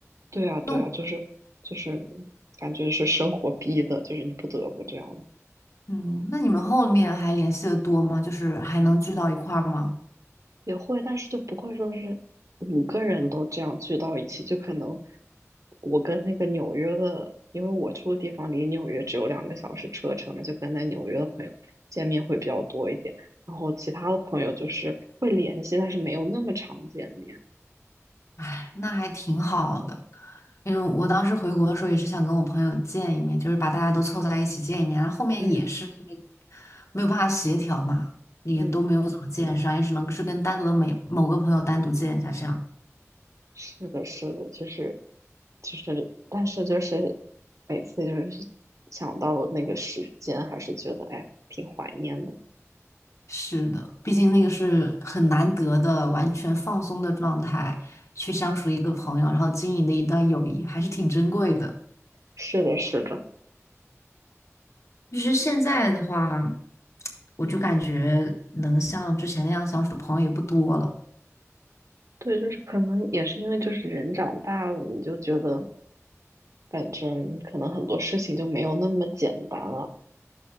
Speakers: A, on the right; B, on the left.
A: 对啊，对啊，
B: 那我
A: 就是就是感觉是生活逼的，就是你不得不这样
B: 嗯，那你们后面还联系的多吗？就是还能聚到一块儿吗？
A: 也会，但是就不会说是五个人都这样聚到一起，就可能我跟那个纽约的，因为我住的地方离纽约只有两个小时车程嘛，就跟在纽约的朋友见面会比较多一点，然后其他的朋友就是会联系，但是没有那么常见面。
B: 哎，那还挺好的。因为我当时回国的时候也是想跟我朋友见一面，就是把大家都凑在一起见一面，然后后面也是因为
A: 嗯
B: 没有办法协调嘛，也都没有怎么见上，
A: 嗯，
B: 也只能是跟单独的每某个朋友单独见一下这样。
A: 是的，是的，就是就是，但是就是每次就是想到那个时间，还是觉得哎挺怀念的。
B: 是的，毕竟那个是很难得的完全放松的状态，去相处一个朋友，然后经营的一段友谊，还是挺珍贵的。
A: 是的，是的。
B: 就是现在的话，我就感觉能像之前那样相处的朋友也不多了。
A: 对，就是可能也是因为就是人长大了，你就觉得反正可能很多事情就没有那么简单了。